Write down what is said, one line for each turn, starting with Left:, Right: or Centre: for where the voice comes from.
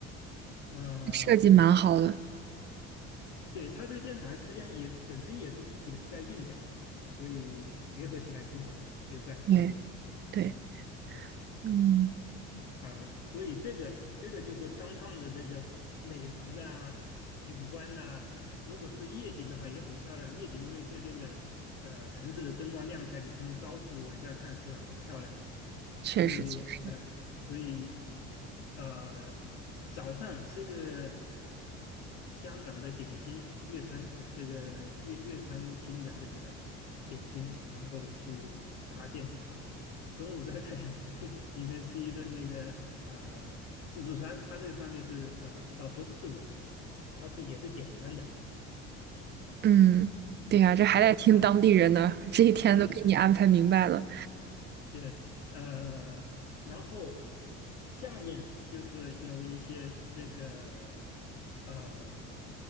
Left: 呃，
Right: 这设计蛮好的。
Left: 对，它这个电台实际上也本身也是也是在运转的嘛，所以结合起来挺好的，就在湖边。
Right: 对对，
Left: 嗯。
Right: 嗯，
Left: 啊，所以这个这个就是当趟的这个美食啊、景观呐、如果是夜景的话也很漂亮。夜景因为这边的呃城市的灯光亮起来，你从高处往下看是很漂亮的。
Right: 确实确实，
Left: 所以呃，所以呃，早上吃一个香港的点心，粤餐呃这个粤粤餐厅的这个点心，然后去爬电视塔，中午在在 <laughs> 里面吃一顿那个啊、呃自助餐，它这个上面是呃呃不是自助餐，它是也是点餐的。
Right: 嗯，对呀，这还得听当地人的，
Left: 然后嗯
Right: 这一天都给你安排明白了
Left: 嗯对呃，然后下面就是有一些这个呃